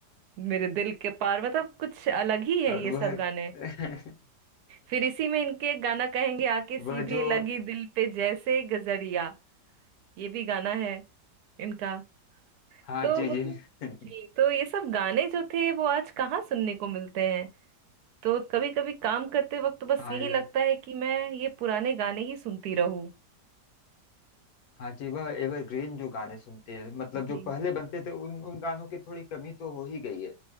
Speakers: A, on the right (about 70°); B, on the left (about 65°).
A: मेरे दिल के पार मतलब कुछ अलग ही है
B: और
A: ये
B: वह
A: सब गाने
B: <laughs>
A: फिर इसी में इनके एक गाना कहेंगे आके सीधे
B: वह जो
A: लगी दिल पे जैसे गजरिया ये भी गाना है इनका
B: हाँ
A: तो
B: जी
A: मतलब
B: जी <laughs>
A: जी तो ये सब गाने जो थे वो आज कहाँ सुनने को मिलते हैं तो कभी कभी काम करते वक्त तो बस
B: हाँ
A: यही
B: या
A: लगता है कि मैं ये पुराने गाने ही सुनती रहूं
B: हाँ जी वह एवरग्रीन जो गाने सुनते हैं मतलब
A: जी
B: जो पहले बनते थे उन उन गानों की थोड़ी कमी तो हो ही गई है